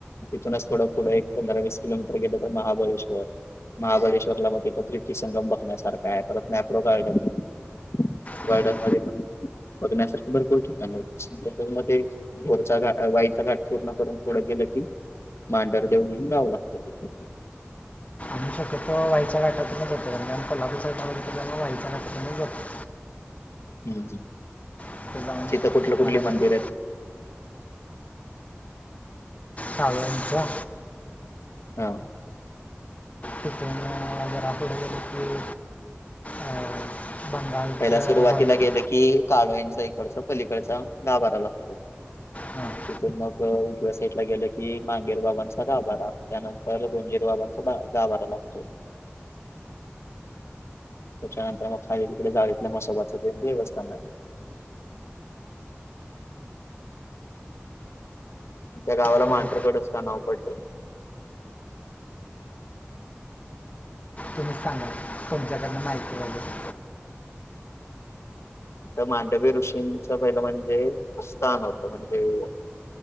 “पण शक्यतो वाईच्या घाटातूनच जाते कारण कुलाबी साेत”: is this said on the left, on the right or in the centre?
Left